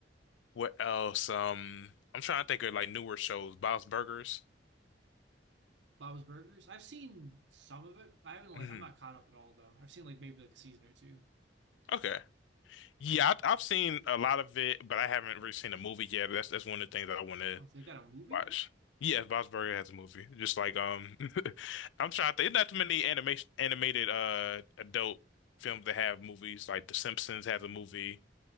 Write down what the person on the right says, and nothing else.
Bob's Burgers. I've seen some of it. I haven't like
I'm not caught up at all though. I've seen like maybe like a season or two.
Oh, they got a movie?